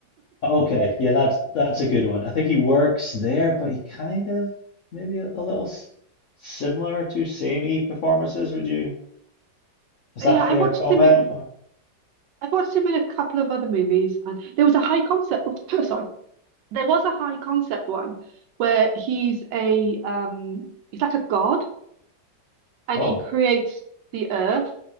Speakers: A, on the left (about 70°); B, on the right (about 75°).
A: Okay, yeah, that's that's a good one. I think he works there, but he kind of maybe a, a little s- similar to samey performances. Would you? Is
B: Yeah,
A: that a fair
B: I watched
A: comment?
B: him in.
A: Or,
B: I've watched him in a couple of other movies, and there was a high concept. <laughs> sorry, There was a high concept one where he's a um he's like a god and
A: oh,
B: he creates the earth